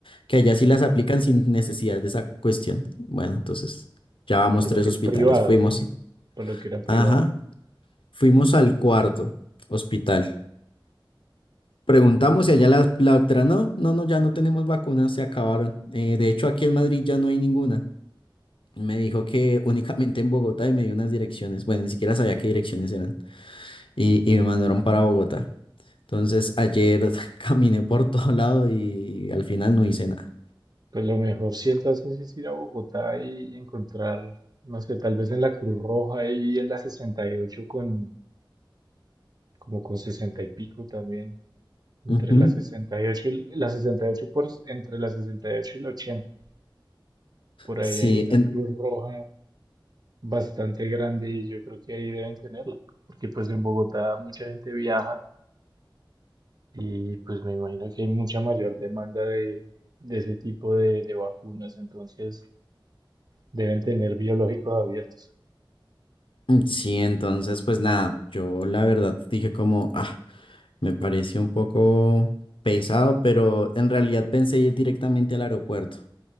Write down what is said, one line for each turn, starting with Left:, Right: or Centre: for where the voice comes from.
Left: que allá sí las aplican sin necesidad de esa cuestión. Bueno, entonces ya vamos
Right: por
Left: tres
Right: lo que
Left: hospitales,
Right: es privado,
Left: fuimos,
Right: por lo que era privado.
Left: ajá, fuimos al cuarto hospital. Preguntamos y allá la, la doctora, no, no, no, ya no tenemos vacunas, se acabaron. Eh, de hecho, aquí en Madrid ya no hay ninguna. Me dijo que únicamente en Bogotá y me dio unas direcciones. Bueno, ni siquiera sabía qué direcciones eran. Y, y me mandaron para Bogotá. Entonces, ayer <laughs> caminé por todo lado y al final no hice nada.
Right: Pues lo mejor si entonces es ir a Bogotá y encontrar, no sé, tal vez en la Cruz Roja y en la 68 con, como con 60 y pico también, entre
Left: Ujú.
Right: la sesenta y ocho y la 68 por, entre la sesenta y ocho y la 80. Por
Left: Sí,
Right: ahí hay una
Left: en-
Right: Cruz Roja bastante grande y yo creo que ahí deben tenerla, porque pues en Bogotá mucha gente viaja y pues me imagino que hay mucha mayor demanda de, de ese tipo de, de vacunas, entonces deben tener biológicos abiertos.
Left: sí, entonces, pues nada, yo la verdad dije como, ah, me pareció un poco pesado, pero en realidad pensé ir directamente al aeropuerto.